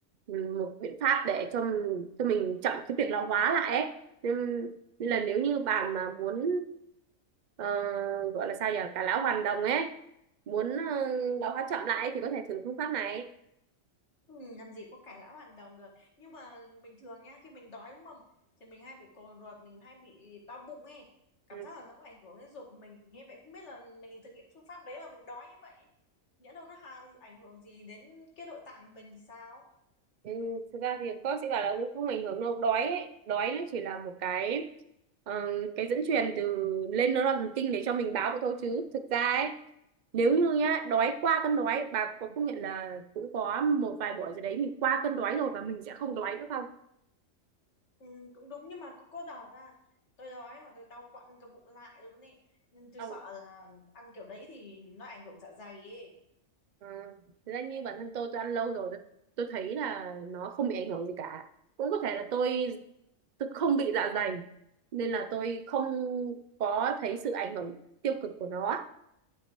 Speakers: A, on the right (about 60°); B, on the left (about 55°).
A: một biện pháp để cho cho mình chậm cái việc lão hóa lại ấy nên, nên là nếu như bạn mà muốn ờ, gọi là sao nhỉ cả lão hoàn đồng ấy muốn ờ, lão hóa chậm lại thì có thể thử phương pháp này
B: Ừ, làm gì có cải lão hoàn đồng được nhưng mà bình thường nha khi mình đói đúng không thì mình hay bị cồn ruột mình hay bị đau bụng ấy cảm
A: Ừ.
B: giác là nó cũng ảnh hưởng đến ruột của mình nghe vậy không biết là mình thực hiện cái phương pháp đấy mà mình đói như vậy ấy. nhỡ đâu nó hàn ảnh hưởng gì đến cái nội tạng của mình thì sao
A: Ừ, thực ra thì cô sẽ bảo là cũng không ảnh hưởng đâu đói ấy. Đói nó chỉ là một cái ờ, cái dẫn truyền từ lên neuron thần kinh để cho mình báo vậy thôi chứ thực ra ấy nếu như nhá đói qua cơn đói bà có công nhận là cũng có một vài buổi rồi đấy mình qua cơn đói rồi và mình sẽ không đói nữa không
B: ừ, cũng đúng nhưng mà cũng có đỏ ra tôi đói mà tôi đau quặn cả bụng lại luôn ấy nên tôi
A: Không.
B: sợ là ăn kiểu đấy thì nó ảnh hưởng dạ dày ấy
A: Ờ, thực ra như bản thân tôi tôi ăn lâu rồi tôi, tôi thấy là nó không bị ảnh hưởng gì cả cũng có thể là tôi tôi không bị dạ dày nên là tôi không có thấy sự ảnh hưởng tiêu cực của nó